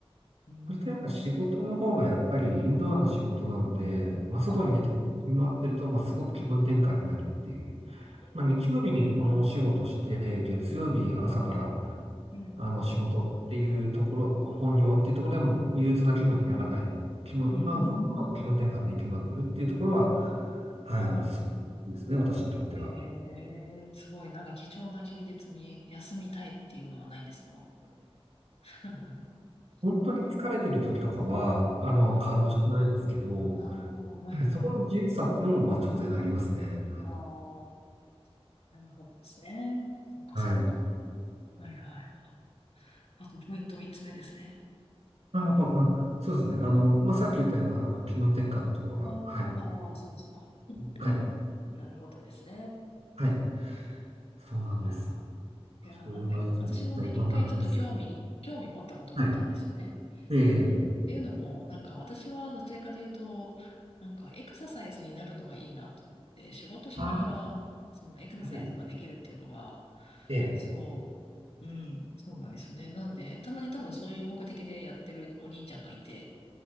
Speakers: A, on the left (about 80°); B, on the right (about 80°).
A: うーん。
B: それとやっぱ仕事の方がやっぱりインドアな仕事なので、まあ、外に出て回ってると、
A: ああ、
B: まあ、すごく気分転換になるっていう。
A: うーん。
B: まあ、日曜日にこのお仕事して、月曜日朝から
A: はい。うん、うん、
B: あの、仕事っていうところ、
A: うん。
B: 本業っていうところでも憂鬱な気分にならない。気分、
A: うーん。
B: まあ、ほんうまく気分転換できまくるっていうところは、はい、
A: はい。
B: あの、すごいですね、私にとっては。
A: ええすごい。なんか貴重な休日に休みたいっていうのはないんですか <laughs>
B: 本当に疲れてる時とかは、あの、
A: はい。
B: 稼働してないですけど、
A: ああ、
B: は
A: はいはい。
B: いそこの自由さっていうのも、まあ、当然ありますね。
A: うん、ああ、なるほどですね。そっかそっか。
B: はい。
A: はいはい。あ、あとポイント三つ目ですね。
B: まあ、やっぱあ、そうですね。あの、まあ、さっき言ったような、あの、気分転換のところが、
A: ああ、
B: はい。
A: ああ、そっかそっか。
B: はい。
A: うんなるほどですね。
B: はい。そうなんです。
A: か。
B: ち
A: いやー、
B: ょっと、
A: なんかい、
B: まあ、いつも絶対こんな感じです。
A: 私もね、一回ちょっと興味、興味持ったことがあったんですよね。
B: はい。ええ
A: うん。っていうのも、なんか私はどちらかというと、なんかエクササイズになるのがいいなと思って、仕事しながら、
B: あ
A: そのエクササイズができるっていうのが、
B: はいええ、
A: そう、うん、そうなんですよね。なんで、たまに多分そういう目的でやってるお兄ちゃんがいて、